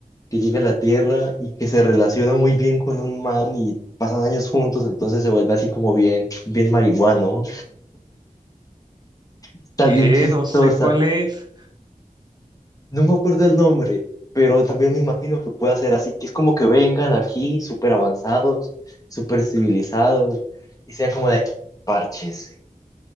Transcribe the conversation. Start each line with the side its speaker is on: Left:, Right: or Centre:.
Left: que llega a la Tierra y que se relaciona muy bien con un man y pasan años juntos, entonces se vuelve así como bien, bien marihuano. Está
Right: ¿Qué?
Left: bien chistosa.
Right: No sé cuál es.
Left: No me acuerdo el nombre, pero también me imagino que puede ser así, que es como que vengan aquí súper avanzados, súper civilizados y sea como de párchese